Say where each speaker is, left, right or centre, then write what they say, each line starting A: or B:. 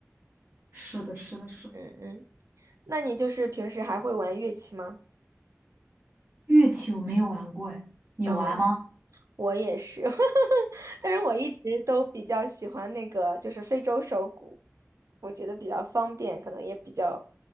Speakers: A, on the right; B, on the right.
A: 是的，是的，是的。
B: 嗯嗯，那你就是平时还会玩乐器吗？
A: 乐器我没有玩过，哎，你玩吗？
B: 哦。我也是，<laughs> 但是我一直都比较喜欢那个，就是非洲手鼓，我觉得比较方便，可能也比较